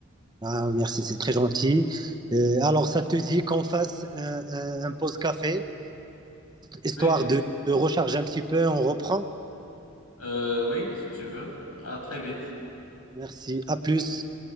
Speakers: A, on the right; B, on the left.
A: Ah, merci, c'est très gentil. Euh, alors, ça te dit qu'on fasse un, un, un pause café, histoire
B: Oui,
A: de, de recharger un petit peu, on reprend.
B: euh, oui, si tu veux. À très vite.
A: Merci, à plus.